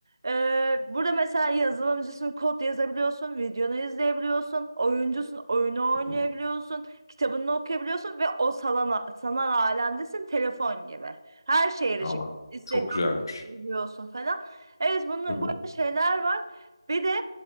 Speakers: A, on the right; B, on the left.
A: E, burada mesela yazılımcısın, kod yazabiliyorsun, videonu izleyebiliyorsun, oyuncusun, oyunu
B: Hı
A: oynayabiliyorsun,
B: hı.
A: kitabını okuyabiliyorsun ve o salana, sanal alemdesin telefon gibi. Her şeye erişip
B: Aa, bak,
A: Instagram'da
B: çok güzelmiş.
A: bakabiliyorsun falan. Evet bunun
B: Hı hı.
A: böyle şeyler var. Bir de